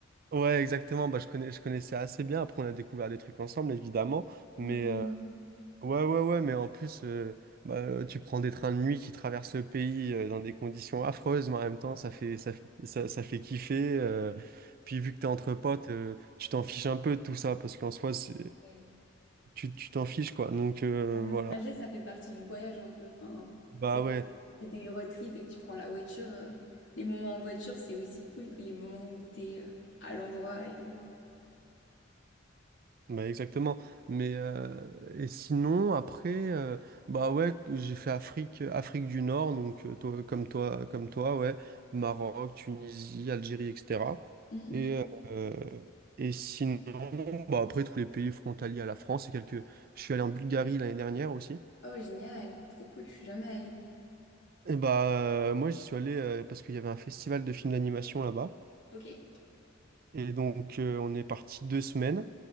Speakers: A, on the right (about 50°); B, on the left (about 65°).
A: Ouais, exactement. Bah, je connais, je connaissais assez bien. Après, on a découvert des trucs ensemble, évidemment. Mais,
B: Mhm.
A: euh, Ouais, ouais, ouais, mais en plus, euh, bah, euh, tu prends des trains de nuit qui traversent le pays euh, dans des conditions affreuses, mais en même temps, ça fait, ça fait, ça, ça fait kiffer. euh, puis vu que t'es entre potes, euh, tu t'en fiches un peu de tout ça, parce qu'en soi, c'est,
B: Ouais.
A: tu, tu t'en fiches, quoi. Donc euh,
B: Bah, Le
A: voilà.
B: trajet, ça fait partie du voyage un peu. Enfin,
A: Bah
B: c'est
A: ouais.
B: c'est des road trips et que tu prends la voiture. euh, les moments en voiture, c'est aussi cool que les moments où t'es euh, à l'endroit et.
A: Bah exactement. Mais euh, et sinon après euh, bah ouais j'ai fait Afrique Afrique du Nord donc euh, toi, comme toi comme toi ouais Maroc Tunisie Algérie etc.
B: Mhm.
A: Et euh, et sinon bah après tous les pays frontaliers à la France et quelques je suis allé en Bulgarie l'année dernière aussi.
B: Oh, génial. Trop cool. Je suis jamais allée.
A: Et bah euh, moi j'y suis allé euh, parce qu'il y avait un festival de films d'animation là-bas
B: Ok.
A: et donc euh, on est parti deux semaines.